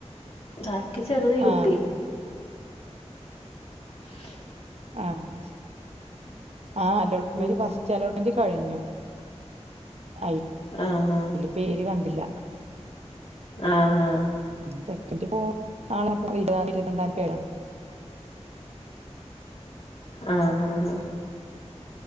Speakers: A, on the left; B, on the right.
A: ബാക്കി ചെറുത് യു
B: ആഹ്
A: പില് ഇഷ്
B: ആഹ ആ അലോട്ട്മെന്റ്
A: ഉം
B: ഫസ് റ്റലോട്ട്മെന്റ് കഴിഞ്ഞു അ
A: ആഹ് ആഹ്
B: പേര് കണ്ടില്ല
A: ആഹ് ആഹ്
B: ഉം ടെറ്റിൻ്റെ ഇപ്പോ <unintelligible> ഇരുപതാം തീ ഇരുപന്ത്രണ്ടാ തീ ആണ്
A: ഉം ആഹ് ആഹ് ആഹ്